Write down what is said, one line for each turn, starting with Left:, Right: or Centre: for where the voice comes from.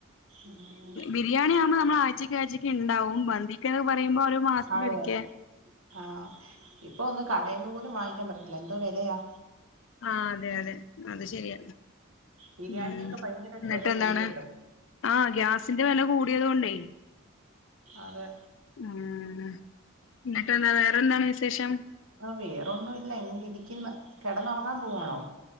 Right: ഉം
Left: ബിരിയാണി ആവുമ്പോൾ നമ്മൾ ആഴ്ചക്ക് ആഴ്ചയ്ക്ക് ഉണ്ടാവും മ ന്തിക്കെന്ന് പറയുമ്പോ ഒരു മാസത്തിലൊരികെ
Right: അതെ ആഹ് ഇപ്പൊ ഒന്നും കടെന്ന് പോലും വാങ്ങിക്കാൻ പറ്റത്തില്ല എന്തോ വിലയാ
Left: ആഹ് അതെ അതെ അത് ശരിയാണ്
Right: ബിരിയാണിക്കൊക്കെ
Left: ഉം
Right: ഭയങ്കരായിട്ട്
Left: എന്നിട്ട്
Right: വെല
Left: എന്താണ്
Right: കൂടിയല്ലോ
Left: ആഹ് ഗ്യാസിന്റെ വില കൂടിയത് കൊണ്ടേ
Right: അതെ
Left: ഉം എന്നിട്ട് എന്താ വേറെന്താണ് വിശേഷം
Right: ഓ വേറൊന്നും ഇല്ല ഇങ്ങ ഇരിക്കുന്ന് കിടന്നുറങ്ങാൻ പോവാണോ